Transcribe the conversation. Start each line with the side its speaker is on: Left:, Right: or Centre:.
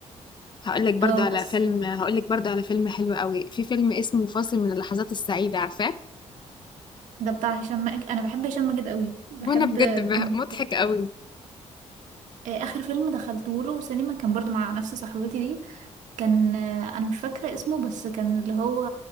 Left: هقول لك برضه
Right: اه
Left: على
Right: بس
Left: فيلم هقول لك برضه على فيلم حلو قوي في فيلم اسمه فاصل من اللحظات السعيدة عارفاه
Right: ده بتاع هشام ماجد انا بحب هشام ماجد قوي بحب
Left: وانا بجد به-
Right: كنت
Left: مضحك قوي
Right: آه، اخر فيلم دخلته له سينما كان برضو مع نفس صاحبتي دي كان آه، انا مش فاكره اسمه بس كان اللي هو